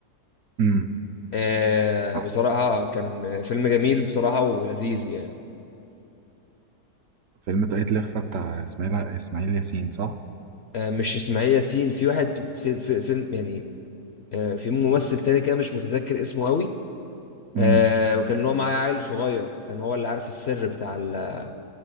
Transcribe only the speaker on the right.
امم
آه،
فيلم طاقية الإخفاء بتاع اسماعيل اسماعيل ياسين صح
امم